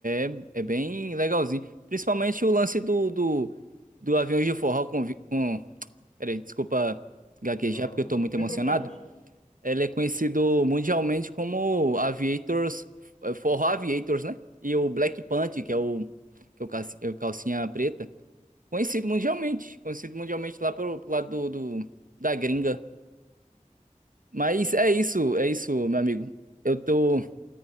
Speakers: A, on the right; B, on the left.
A: é, é bem legalzinho. Principalmente o lance do, do, do Aviões de Forró com, vi- com. Peraí, desculpa gaguejar
B: Não,
A: porque eu tô muito
B: sem
A: emocionado.
B: problemas.
A: Ele é conhecido mundialmente como Aviators, eh, Forró Aviators, né? E o Black Panther, que é o, que é o calci- é o calcinha preta. Conhecido mundialmente. Conhecido mundialmente lá pro, pro lado do, do- da gringa. Mas é isso, é isso, meu amigo. Eu tô,